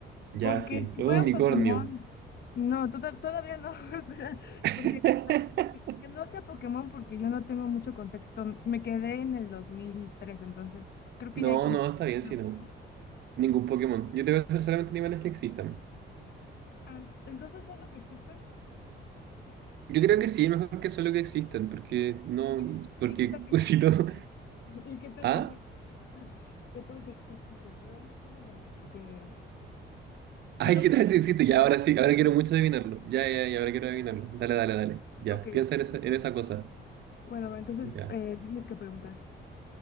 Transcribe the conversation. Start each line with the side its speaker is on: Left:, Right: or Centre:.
Right: Ya,
Left: porque
Right: sí.
Left: si
Right: Un
Left: fuera
Right: unicornio.
Left: un Pokémon, no, toda- todavía no, <laughs> espera, porque
Right: <laughs>
Left: que que no sea Pokémon porque yo no tengo mucho contexto. Me quedé en el 2003, entonces creo que
Right: No,
Left: ya hay como
Right: no, está bien
Left: nuevo,
Right: si no.
Left: ¿no?
Right: Ningún Pokémon. Yo te voy a hacer solamente animales que existan.
Left: Ah, Entonces, solo que exista.
Right: Yo creo que sí, mejor que solo que existan, porque no,
Left: Bueno,
Right: porque
Left: ¿y qué tal que existen?
Right: <laughs> si no.
Left: ¿Y qué tal
Right: ¿Ah?
Left: que sí? <laughs> ¿Qué tal que sí existe? Pero no, sí es verdad, porque
Right: Ay,
Left: yo
Right: ¿qué
Left: pensé,
Right: tal si existe? Ya, ahora sí, ahora quiero mucho adivinarlo. Ya, ya, ya, ahora quiero adivinarlo. Dale, dale, dale. Ya,
Left: ok,
Right: piensa en esa, en esa cosa.
Left: bueno, entonces
Right: Ya.
Left: eh, tienes que preguntar.